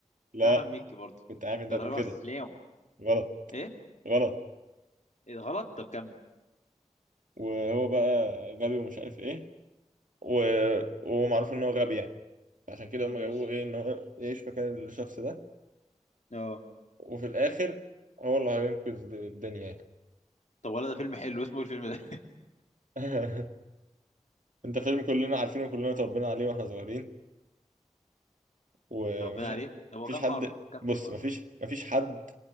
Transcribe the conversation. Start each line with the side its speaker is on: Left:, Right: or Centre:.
Right: لا
Left: ده احمد مكي برضو
Right: كنت عارف انت
Left: لا
Right: هتقول
Left: تراجع ولا
Right: كده
Left: استسلام
Right: غلط
Left: ايه
Right: غلط
Left: ايه ده غلط طب كمل
Right: وهو بقى غبي ومش عارف ايه و... ومعروف ان هو غبي يعني عشان كده هم
Left: ماشي
Right: جابوه ايه ان هو يعيش مكان الشخص ده
Left: اه
Right: وفي الاخر هو اللي هينقذ الدنيا يعني
Left: طب ولا ده فيلم حلو اسمه ايه الفيلم ده
Right: <laughs> انت فيلم كلنا عارفينه كلنا اتربينا عليه واحنا صغيرين
Left: <laughs>
Right: ومفيش
Left: ربنا عليه طب هو
Right: مفيش
Left: كام
Right: حد
Left: حرف وكام
Right: بص
Left: كلمه
Right: مفيش
Left: اصلا
Right: مفيش حد